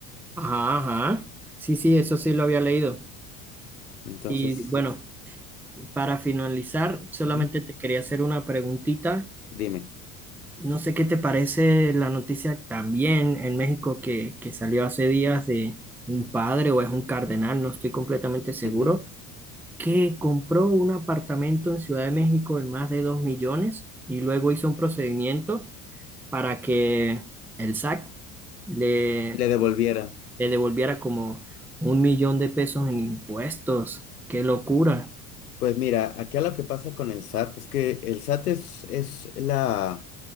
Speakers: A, in the centre; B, on the left.
A: ajá, ajá. Sí, sí, eso sí lo había leído.
B: Entonces,
A: Y bueno, para finalizar, solamente
B: ujú,
A: te quería hacer una preguntita
B: dime,
A: No sé qué te parece la noticia también en México que, que salió hace días de un padre o es un cardenal, no estoy completamente seguro,
B: ujú,
A: que compró un apartamento en Ciudad de México en más de 2 millones y luego hizo un procedimiento para que el SAC le,
B: le devolviera.
A: le devolviera como un millón de pesos en impuestos. ¡Qué locura!
B: Pues mira, acá lo que pasa con el SAT es que el SAT es, es la,